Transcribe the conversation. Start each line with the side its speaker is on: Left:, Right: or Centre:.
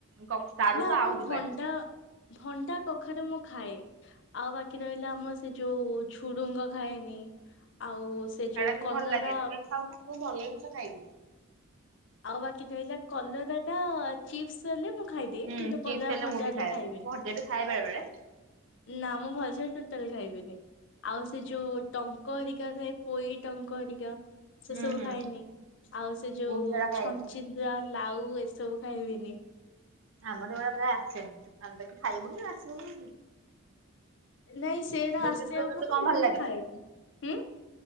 Right: କ ସାରୁ
Left: ନା
Right: ତ
Left: ମୁଁ
Right: ଆହୁରି
Left: ଭଣ୍ଡା
Right: ବାଜ୍ୟେ।
Left: ଭଣ୍ଡା କଖାରୁ ମୁଁ ଖାଏ ଆଉ ବାକି ରହିଲା ଆମ ସେ ଯଉ ଝୁଡୁଙ୍ଗ ଖାଏନି ଆଉ ସେ
Right: ଖାଇବାକୁ
Left: ଯୋଉ
Right: ହିଁ
Left: କଲରା
Right: ଭଲ ଲାଗେ ତୁ କେନ୍ତି ଖାଉନା ତୁ ଭଲ ଜିନିଷ ଖାଇବୁନି।
Left: ଆଉ ବାକି ରହିଲା କଲରା ଟା ଚିପ୍ସ ହେଲେ ମୁଁ ଖାଇଦିଏ
Right: ହୁଁ
Left: କିନ୍ତୁ
Right: ଚିପ୍ସ
Left: କଲରା ଭଜା
Right: ମୁଁ ବି
Left: ହେଲେ
Right: ଖାଏ
Left: ଖାଇବିନି।
Right: ଭଜା ବି ଖାଏ ବେଳେ ବେଳେ।
Left: ନା ମୁଁ ଭଜା ଟୋଟାଲ ଖାଇବିନି ଆଉ ସେ
Right: ହୁଁ
Left: ଯୋଉ ଟଙ୍କ ହରିକା ଥାଏ। ପୋଇ ଟଙ୍କହରିକା ସେ
Right: ହୁଁ
Left: ସବୁ
Right: ହୁଁ
Left: ଖାଏନି ଆଉ ସେ ଯୋଉ
Right: ମୁଁ ବି ସେଗୁଡା ଖାଏନି।
Left: ଚିନ୍ଦିରା ଲାଉ ଏସବୁ ଖାଇବିନି।
Right: ଆମର ବା ଏରା ପ୍ରାୟ ଆସେନି ଆମେତ ଏଠି ଖାଇବୁନି ଆସିବ କଣ ପାଇଁ।
Left: ନାଇଁ ସେଇଟା ଆସେ
Right: ଭିତରୁ
Left: ଆମର
Right: ତତେ କଣ
Left: ମୁଁ
Right: ଭଲ
Left: କିନ୍ତୁ ଖାଏନି ଉଁ